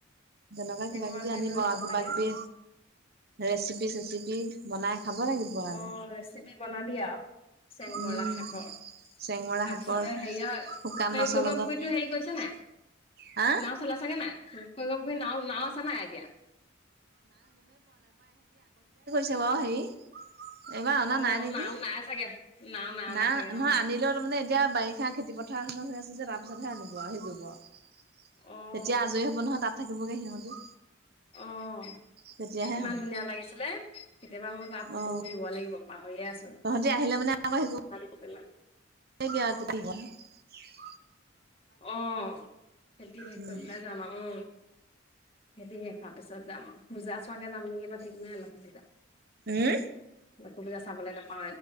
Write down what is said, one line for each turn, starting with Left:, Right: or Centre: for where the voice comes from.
Right: তেনেকুৱা
Left: চেংমৰা
Right: কিবা কিবি
Left: খাই
Right: আনিব
Left: ইমান
Right: আৰু
Left: ভাল
Right: কিবা
Left: লাগে।
Right: কিবি ৰেচিপি চেচিপি বনাই খাব লাগিব আৰু
Left: অ' ৰেচিপি বনাবি আৰু চেং
Right: উম
Left: মৰা শাকৰ
Right: চেংমৰা
Left: তাৰপিছতে
Right: শাকৰ
Left: হেৰিয়
Right: শুকান মাছৰ
Left: এই কগ
Right: লগত
Left: পুখুৰীটো হেৰি কৰিছে নে নাই
Right: হা
Left: নাও চলাই চাগে নাই গহী নাও নাও আছা নাই এতিয়া
Right: ৱ সেই এইবাৰ অনা
Left: অ'
Right: নাই নেকি
Left: নাও নাই চাগে নাও নাও
Right: নাই
Left: নাচাগে
Right: নহয়
Left: অ'।
Right: আনিলেও তাৰমানে এতিয়া বাৰিষা খেতি পথাৰ উঠাৰ সময় হৈ আছে যে তাৰপিছতহে আনিব আহিৰি আৰু
Left: অ'
Right: তেতিয়া আজৰি হব নহয় তাত থাকিবগে সিহঁতি
Left: অ'
Right: তেতিয়াহে
Left: ইমান
Right: হব
Left: ধুনীয়া লাগিছিলে কেতিয়াবা মোৰ তাৰ ফটোও
Right: অ।
Left: দিব লাগিব পাহৰিয়ে আছো
Right: তহঁতি আহিলে মানে আকৌ শিকো
Left: অ ন
Right: শিকিবি আৰু যদি শিক
Left: আহ খেতি শেষ
Right: উম।
Left: কৰি পেলাই যামা আউ অ খেতি শেষ হোৱাৰ পিছত যাম আউ পূজা চোৱাকে যাম নেকি বা ঠিক নাই লক্ষী পূজা
Right: উম?
Left: লক্ষী পূজা চাবলৈ ত অ